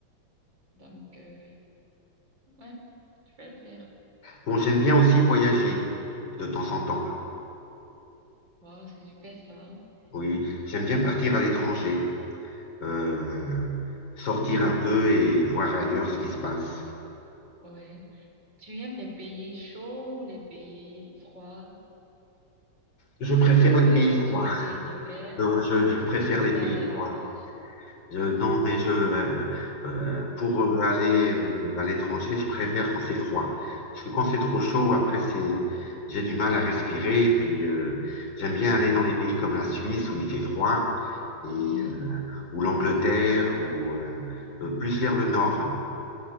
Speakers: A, on the right; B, on the left.
A: Donc, euh, ouais, je vais le faire.
B: Bon, j'aime bien aussi voyager de temps en temps.
A: Wow, c'est super ça.
B: Oui, j'aime
A: Mhm.
B: bien partir à l'étranger, euh, sortir un peu et voir ailleurs ce qui se passe.
A: Ouais. Tu aimes les pays chauds ou les pays froids?
B: Je préfère
A: Peut-être
B: les
A: pour
B: pays
A: les activités
B: froids.
A: diverses
B: Non, je,
A: ou
B: je préfère
A: tu préfères
B: les pays
A: aller à la
B: froids.
A: plage.
B: Je- non,
A: Pardon?
B: mais je, euh, euh, pour euh, aller euh, à l'étranger, je préfère quand c'est froid. Parce que quand c'est trop chaud, après, c'est, j'ai du mal à respirer. Et puis, euh, j'aime bien aller dans les pays comme la Suisse où il fait froid, et,
A: Oui.
B: euh, ou l'Angleterre, ou euh, euh, plus vers le nord.